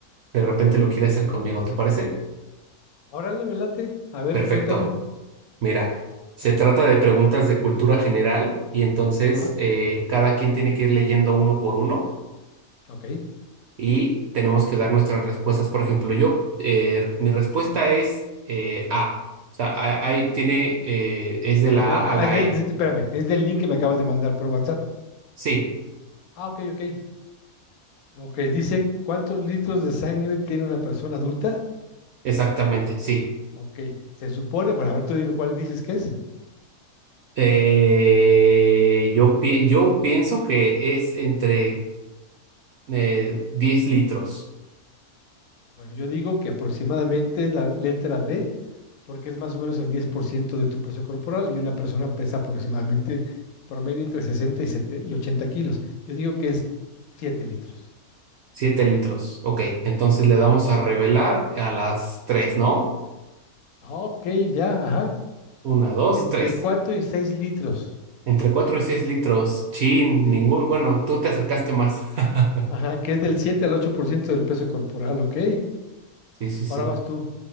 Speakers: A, on the right (about 65°); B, on the left (about 75°).
A: de repente lo quiere hacer conmigo, ¿te parece?
B: Órale, me late. A ver,
A: Perfecto.
B: cuéntame.
A: Mira, se trata de preguntas de cultura general y entonces
B: Ajá.
A: eh, cada quien tiene que ir leyendo uno por uno
B: Ok.
A: y tenemos que dar nuestras respuestas. Por ejemplo, yo, eh, mi respuesta es eh, A. O sea, a- ahí tiene, eh, es de
B: Espérame,
A: la A
B: ah,
A: a la
B: es del,
A: E.
B: es- espérame, es del link que me acabas de mandar por WhatsApp.
A: Sí,
B: Ah, ok, ok. Ok, dice, ¿cuántos litros de sangre tiene una persona adulta?
A: exactamente, sí.
B: Ok, se supone, bueno, a ver, tú dime cuál dices que es.
A: Eh, yo, pi- yo pienso que es entre eh, 10 litros,
B: Bueno, yo digo que aproximadamente la letra D, porque es más o menos el 10% de tu peso corporal y una persona pesa aproximadamente promedio entre 60 y 70 y 80 kilos. Yo digo que es 7 litros.
A: siete litros. Ok, entonces le damos a revelar a las 3, ¿no?
B: Ah, ok, ya, ajá.
A: Una, dos,
B: Entre
A: tres.
B: 4 y 6 litros.
A: Entre cuatro y seis litros. Chin,
B: Sí.
A: ningún. Bueno, tú te acercaste más. <laughs>
B: Ajá, que es del 7 al 8% del peso corporal, ok.
A: Sí, sí,
B: Ahora
A: sí.
B: vas tú.